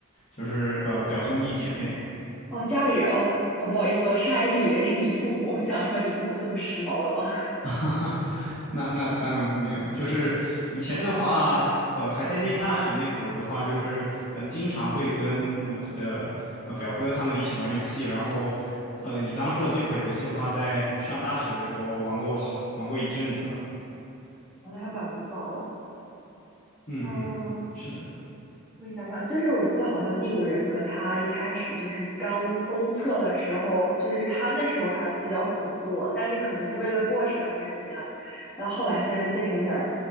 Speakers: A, on the left; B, in the centre.
A: 就是呃表兄弟姐妹。
B: 哦，家里人，哦，我不好意思，我上意识以为是你父母，我想说你父母这么时髦了吗？
A: <laughs> 那那当然是没有，就是以前的话，呃，还在念大学那会儿的话，就是呃，经常会跟我的呃表哥他们一起玩游戏，然后呃，你刚刚说的这款游戏的话，在上大学的时候玩过玩过一阵子吧。
B: <laughs> 哦，那还蛮古早的。
A: 嗯哼，
B: 嗯，
A: 是的，
B: 我想想，就是我记得好像《第五人格》它一开始就是刚公测的时候，就是它那时候还比较恐怖，但是可能是为了过审还是怎样，然后后来现在就变成有点儿，